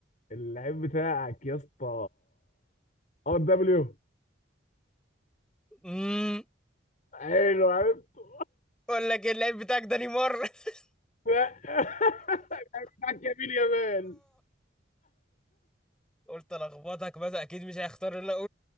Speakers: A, on the left (about 45°); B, in the centre.
A: اللعيب بتاعك يا اسطى ار دبليو
B: امم
A: حلو عرفته
B: اقول لك إيه، اللعيب بتاعك ده نيمار <laughs>
A: لا <laughs> اللعيب بتاعك يمين يامال
B: قلت الخبطك بس اكيد مش هيختار اللي انا